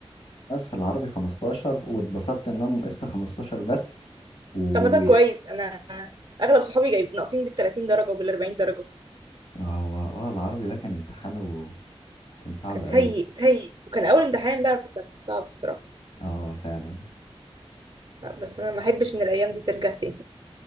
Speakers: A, on the left (about 75°); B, on the right (about 55°).
A: بس في العربي 15 واتبسطت ان انا نقصت 15 بس و
B: طب ما ده كويس انا اغلب صحابي جايب ناقصين بال 30 درجه وبال 40 درجه
A: هو اه العربي ده كان امتحان وكان صعب
B: كان
A: قوي
B: سيء سيء وكان اول امتحان بقى كان صعب الصراحه
A: اه فعلا
B: لا، بس انا ما احبش ان الايام دي ترجع تاني